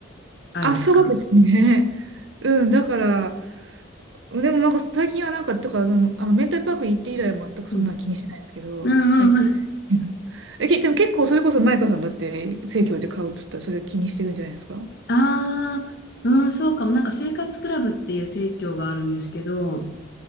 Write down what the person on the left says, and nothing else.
あるんですか
うん。うんうんうん。
ああ、うん、そうかも。なんか生活クラブっていう生協があるんですけど、